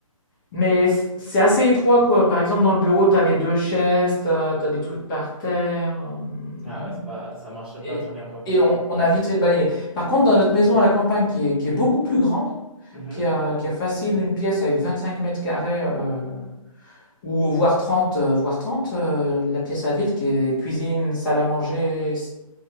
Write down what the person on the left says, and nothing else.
Mais c- c'est assez étroit, quoi. Par exemple, dans le bureau, t'as les deux chaises, t'as, t'as des trucs par terre. euh,
et,
et on, on a vite fait de balayer. Par contre, dans notre maison à la campagne, qui est, qui est beaucoup plus grande,
qui a, qui a facile une pièce avec 25 mètres carrés, euh, ou voire trente, euh, voire trente, euh, la pièce à vivre, qui est cuisine, salle à manger, s-